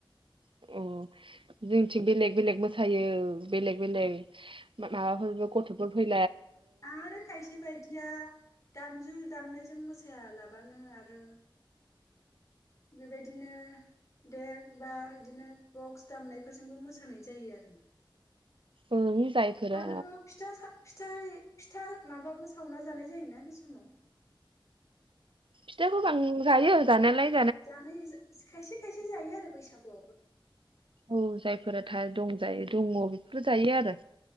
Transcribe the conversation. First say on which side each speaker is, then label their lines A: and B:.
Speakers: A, on the right (about 75°); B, on the left (about 35°).
A: अ जोंथिं बेलेग बेलेग मोसायो बेलेग बेलेग माबाफोरबो गथ'फोर फै
B: आरो खायसे बायदिया दामजु दामनायजों मोसायालाबानो आरो बेबायदिनो देक बा इदिनो बक्स दामनायफोरजोंबो मोसानाय जायो आरोमा।
A: ओं जायफोरा
B: आरो फिथा सा फिथाइ फिथा माबाबो सावना जानाय जायोना बे समाव।
A: फिथाखौ बां जायो जानायालाय।
B: जानाय खायसे खायसे जायो आरो बैसागुआवबो।
A: औ जायफोरा था दंजायो दङ। बेफोर जायो आरो